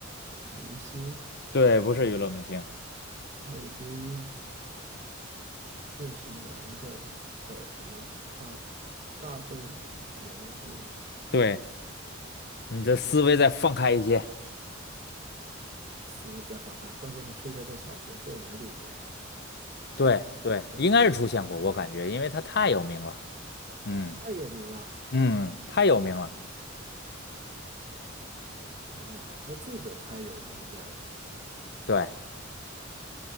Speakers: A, on the right; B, on the left.
A: 呃明星，
B: 对，不是娱乐明星。
A: 他已经又是男的走了，大大众人物，
B: 对，你的思维再放开一些。
A: 呃，思维在放开，关键还出现在小学作文里面，
B: 对对，
A: 呃，
B: 应该是出现过，我感觉，因为他太有名了。嗯
A: 太有名了，
B: 嗯，太有名了。
A: 两个字的太有名的，
B: 对。